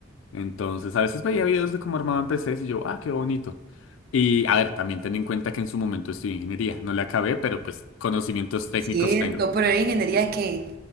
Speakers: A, on the left; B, on the right.
A: entonces a veces veía videos de cómo armaban PCs y yo, ah, qué bonito. Y a ver, también ten en cuenta que en su momento estudié ingeniería, no la acabé, pero pues conocimientos técnicos
B: Cierto,
A: tengo,
B: pero ¿era ingeniería de qué?